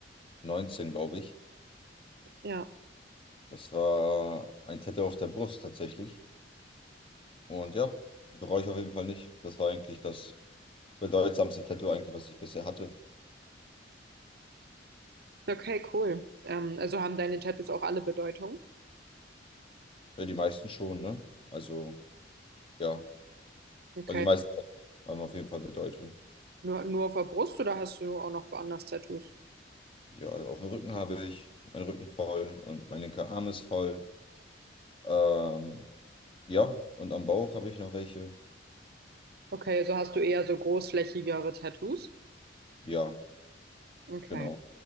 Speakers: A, on the left; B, on the right.
A: 19, glaube ich.
B: Ja.
A: Das war ein Tattoo auf der Brust tatsächlich. Und ja, bereue ich auf jeden Fall nicht. Das war eigentlich das bedeutsamste Tattoo eigentlich, was ich bisher hatte.
B: Okay, cool. Ähm, also haben deine Tattoos auch alle Bedeutung?
A: Ja, die meisten schon, ne? Also, ja.
B: Okay.
A: Also die meisten haben auf jeden Fall Bedeutung.
B: Nur, nur auf der Brust oder hast du auch noch woanders Tattoos?
A: Ja, also auf dem Rücken habe ich meinen Rücken voll und mein linker Arm ist voll. Ähm, ja, und am Bauch habe ich noch welche.
B: Okay, so hast du eher so großflächigere Tattoos.
A: Ja,
B: Okay.
A: genau.